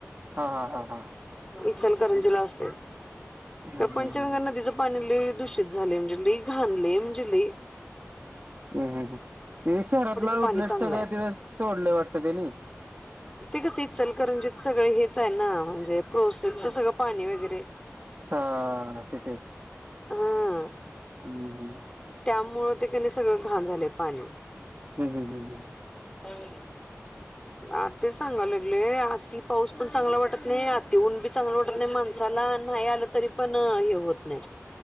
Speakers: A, on the right (about 35°); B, on the left (about 15°).
A: हा हा हा हा.
B: ईचलकरंजीला असतय.
A: हम्म
B: त्या पंचगंगा
A: हम्म हम्म
B: नदीच पाणी लय दूषित झालय म्हणजे लय घाण लय. म्हणजे लय.
A: हम् हम ते शहरातला
B: पाणी
A: आउटलेट
B: चांगलं
A: सगळ
B: आहे
A: त्याच्यात सोडलय वाटतं तेनी
B: ते कस इचलकरंजी त सगळ हेच आहे ना म्हणजे प्रोसेसच सगळं पाणी वगैरे
A: हा तिथेच
B: हा
A: हम्म हम्म
B: त्यामुळ प्रत्यिकाने सगळं घाण झालं पाणी
A: हम् हम् हम् ह्.
B: पान आताच सांगाला लागलय आती पाऊस पण चांगला वाटत नाही आत येऊन बी चांगलं वाटत नाही माणसाला नाही आलं तरी पण हे होत नाही.